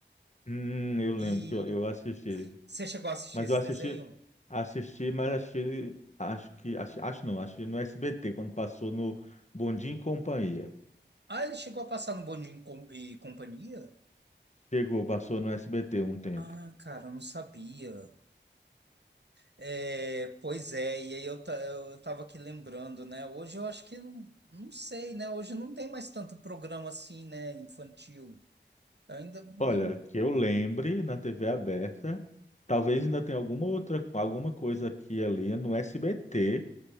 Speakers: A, on the left; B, on the right.
A: Hum, eu lembro
B: E
A: que eu, eu assisti.
B: você chegou a assistir
A: Mas
B: esse
A: eu assisti,
B: desenho?
A: assisti, mas achei, acho que, acho, acho não, acho que no SBT, quando passou no Bom Dia e Companhia.
B: Ah, ele chegou a passar no Bom Dia e Com- e Companhia?
A: Chegou, passou no SBT um tempo.
B: Ah, cara, eu não sabia. É, pois é, e aí eu, ta- eu, eu tava aqui lembrando, né? Hoje eu acho que, não não sei, né? Hoje não tem mais tanto programa assim, né, infantil. Ainda. hum,
A: Olha, que eu lembre na TV aberta, talvez ainda tenha alguma outra, alguma coisa aqui e ali no SBT,